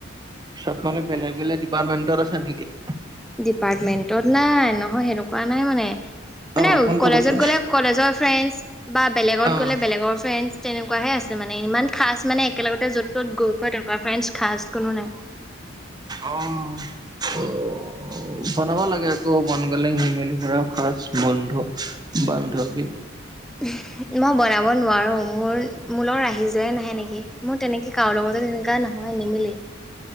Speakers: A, on the right; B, in the centre.
A: চব মানে বেলেগ - বেলেগ ডিপাৰ্টমেন্টত আছে নেকি?
B: ডিপাৰ্টমেন্টত নাই নহয় সেনেকুৱা নাই মানে - মানে
A: অ', কোনটো
B: কলেজত
A: কৈছিল?
B: গ'লে কলেজৰ ফ্ৰেণ্ডছ বা বেলেগত
A: অ',
B: গ'লে বেলেগৰ ফ্ৰেণ্ডছ তেনেকুৱাহে আছে মানে ইমান খাচ মানে একেলগতে য'ত - ত'ত গৈ পোৱা তেনেকুৱা ফ্ৰেণ্ডছ খাচ কোনো নাই।
A: অ। অ। অ বনাব লাগে আকৌ মন গলে ঘূৰি মেলি ফুৰা খাচ বন্ধু - বান্ধৱী।
B: উহ, মই বনাব নোৱাৰোঁ, মোৰ মো লগত আহি যোৱাই নাহে নেকি? মোৰ তেনেকে কাৰো লগতো তেনেকুৱা নহয় নিমিলেই।